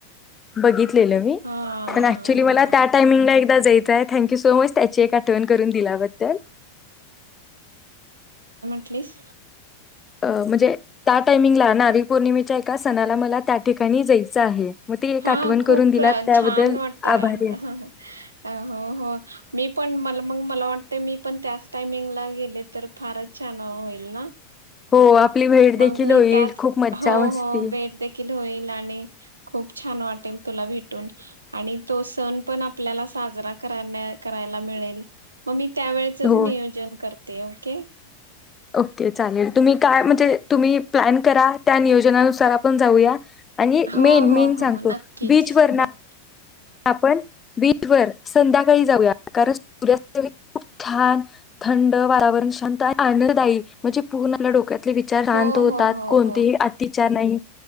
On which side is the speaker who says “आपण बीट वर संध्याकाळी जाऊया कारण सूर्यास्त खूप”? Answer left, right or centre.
Left